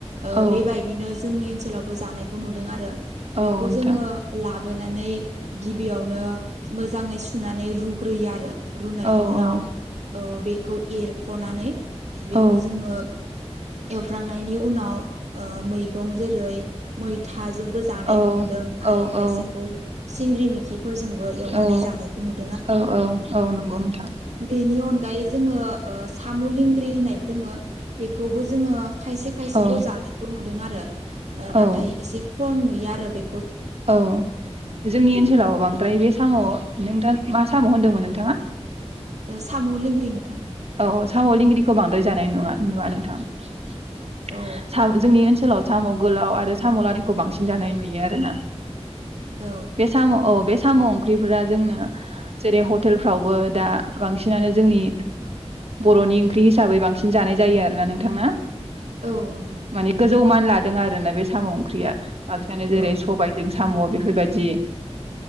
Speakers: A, on the right; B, on the right.
A: ओ
B: औ
A: बेबायदिनो जोंनि ओनसोलावबो जानायखौ नुदों आरो । बेखौ
B: औ नोंथां
A: जोङो लाबोनानै गिबियावनो मोजाङै सुनानै रु ग्रोयो आरो रुनायनि
B: औ
A: उनाव
B: औ
A: ओ बेखौ एरख'नानै । बेखौ
B: औ
A: जोङो। एवफ्र्रांनायनि उनाव मैगं जेरै मैथा जोंबो जानायखौ
B: औ
A: नुदों आरो
B: औ
A: खायसेखौ सिंग्रि मेखिफोरजोंबो एवनानै
B: औ
A: जानायखौ नुदों ।
B: औ औ औ नंगौ नोंथां।
A: बेनि अनगायै जोङो। ओ साम' लिंग्रि होननायबो दोङो बेखौबो जोङो खायसे खायसेखौ
B: औ
A: जानायखौ नुदों आरो। नाथाय
B: औ
A: एसे खम नुयो आरो बे
B: औ जोंनि ओनसोलावबो बांद्राय बे साम' नों दा मा साम' होनदोंमोन नोंथाङा?
A: ओ साम' लेंग्रि नोंथां
B: औ औ साम' लिंग्रिखौ बांद्राय जानाय नुवा नुवा नोंथां।
A: औ
B: जोंनि ओनसोलाव साम' गोलाव आरो साम' लादायखौ बांसिन जानाय नुयो आरोना।
A: औ
B: बे साम'औ बे साम' ओंख्रिफोरा जोंनो जेरै हटेलफ्रावबो दा बांसिनानो जोंनि बर'नि ओंख्रि हिसाबै बांसिन जानाय जायो आरोना नोंथां ना?
A: औ नोंथां
B: माने गोजौ मान लादों आरोना बे साम' ओंख्रिया बांसिनानो जेरै
A: औ
B: सबाय साम' बेफोरबायदि